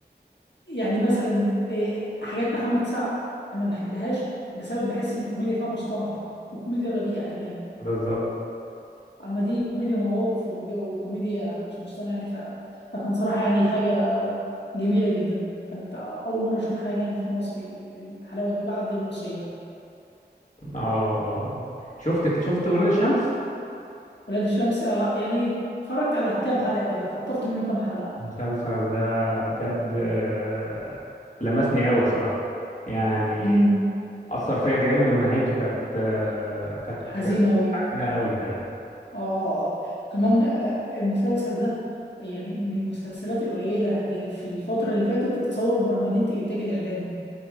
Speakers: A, on the left; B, on the left.
A: يعني مثلا إيه، حاجات محمد سعد أنا ما بحبهاش بسبب بحس إن الكوميديا فيها مصطنعة وكوميديا رديئة كمان
B: بالظبط
A: أما دي كوميديا مواقف وكد- وكوميديا مش مصطنعة يعني ف... فكان صراحة يعني حاجة جميلة جدا كانت آه، أول مرة أشوف حاجة يعني في مصري بالحلاوة دي بعد الوصية
B: اه شفت شفت ولاد الشمس
A: ولاد الشمس آه، يعني اتفرجت على كام حلقة كده خطفت منه كام حلقة
B: المسلسل ده بجد آه، لمسني قوي بصراحة يعني
A: امم
B: أثر فيا جامد ونهايته كانت آه، كانت
A: حزينة أوي
B: حزينة قوي فعلا
A: اه اه آه. كمان آه، المسلسل ده يعني من المسلسلات القليلة اللي في الفترة اللي فاتت اتصور بره مدينة الإنتاج الإعلامي